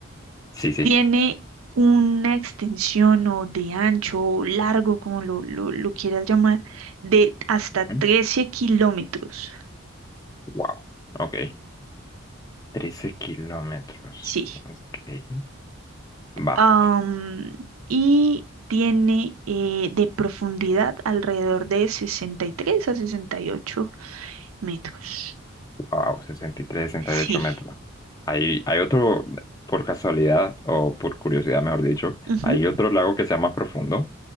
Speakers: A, on the left; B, on the right.
A: Sí, sí.
B: tiene una extensión o de ancho o largo, como lo, lo, lo quieras llamar, de hasta 13
A: ¿Mm?
B: kilómetros.
A: Wow, ok. trece kilómetros.
B: Sí.
A: Ok. Va.
B: Am, y tiene eh, de profundidad alrededor de 63 a sesenta y ocho metros.
A: Wow, sesenta sesenta y tres sesenta
B: Sí.
A: y ocho metros. Hay, hay otro, por casualidad, o por curiosidad, mejor dicho,
B: Ujú.
A: ¿hay otro lago que sea más profundo?